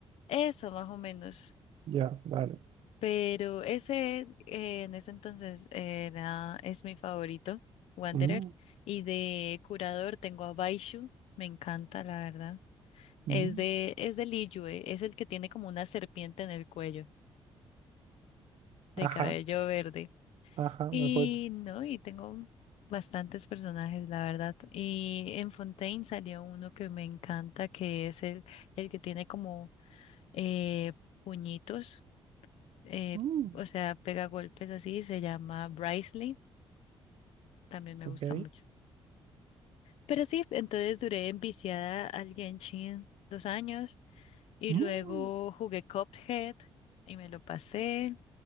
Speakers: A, on the left; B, on the right.
A: eso más o menos.
B: Ya, vale.
A: Pero ese, eh, en ese entonces, era, es mi favorito, Wanderer.
B: Mm,
A: Y de curador tengo a Baishu, me encanta, la verdad.
B: mm,
A: Es de, es del Liyue, es el que tiene como una serpiente en el cuello, de
B: ajá,
A: cabello verde.
B: ajá,
A: Y
B: me acuerdo.
A: no, y tengo bastantes personajes, la verdad. Y en Fontaine salió uno que me encanta, que es el, el que tiene como eh, puñitos, eh,
B: Mm,
A: o sea, pega golpes así, se llama Bricely, también me
B: ok.
A: gusta mucho. Pero sí, entonces duré enviciada al Genshin dos años y
B: Mm,
A: luego jugué Cuphead y me lo pasé.